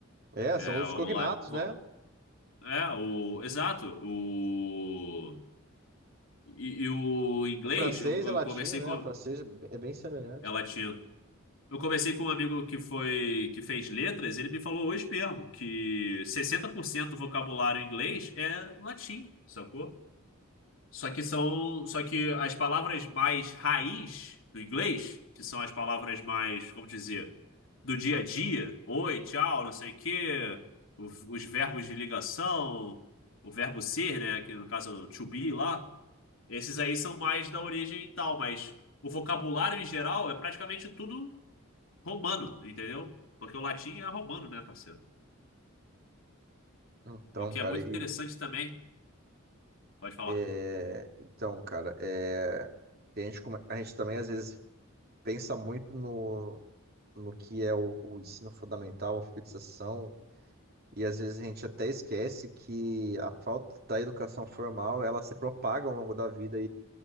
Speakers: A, on the right; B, on the left.
A: É,
B: É,
A: são os
B: o,
A: cognatos,
B: la- vo-
A: né?
B: é, o, exato, o, e, e o inglês,
A: O francês
B: eu,
A: é latino,
B: eu conversei
A: né?
B: com,
A: O francês é bem semelhante.
B: É latino. Eu conversei com um amigo que foi que fez letras, ele me falou hoje mesmo que 60% do vocabulário em inglês é latim, sacou? Só que são, só que as palavras mais raiz do inglês, que são as palavras mais, como dizer, do dia a dia, oi, tchau, não sei o quê, o- os verbos de ligação, o verbo ser, né, que no caso é o to be lá, esses aí são mais da origem e tal, mas o vocabulário em geral é praticamente tudo romano, entendeu? Porque o latim é romano, né, parceiro?
A: Então,
B: E o que
A: cara,
B: é muito
A: e,
B: interessante também, pode falar.
A: é, então, cara, é, a gente, come- a gente também às vezes pensa muito no, no que é o, o ensino fundamental, a alfabetização, e às vezes a gente até esquece que a falta da educação formal, ela se propaga ao longo da vida